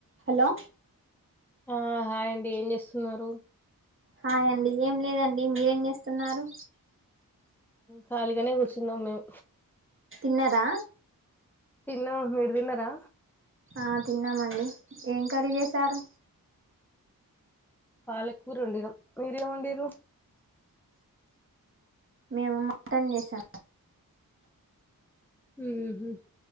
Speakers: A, on the right; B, in the centre.
A: హలో
B: ఆ హాయ్ అండి ఏం చేస్తున్నారు
A: హాయండి ఏం లేదండి మీరేం చేస్తున్నారు
B: ఖాళీగానే కూర్చున్నాం మేము
A: తిన్నారా
B: తన్నము మీరు తిన్నారా
A: ఆ తిన్నామండి, ఏం కర్రీ చేసారు?
B: పాలకూరు వండినా, మీరేం వండిన్రు?
A: మేము మటన్ చేసాం.
B: ఉహు